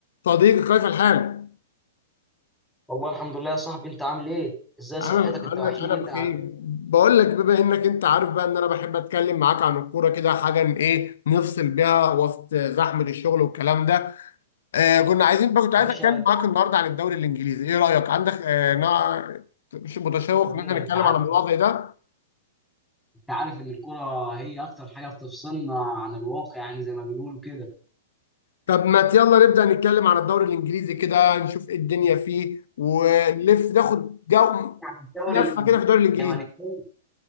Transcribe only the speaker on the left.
صديقي كيف الحال؟
أنا
أنا
أنا
بخير
بقول لك بما إنك أنت عارف بقى إن أنا بحب أتكلم معاك عن الكورة كده حاجة إن إيه نفصل بيها وسط زحمة الشغل والكلام ده آه كنا عايزين بقى كنت
عايز
أتكلم
معاك
النهاردة عن الدوري الإنجليزي إيه رأيك؟ عندك آه نا... مش متشوق
إن إحنا
نتكلم
على الموضوع زي ده؟
طب ما يلا نبدأ نتكلم عن الدوري الإنجليزي كده نشوف إيه الدنيا فيه ونلف ناخد جو
لفة كده في الدوري الإنجليزي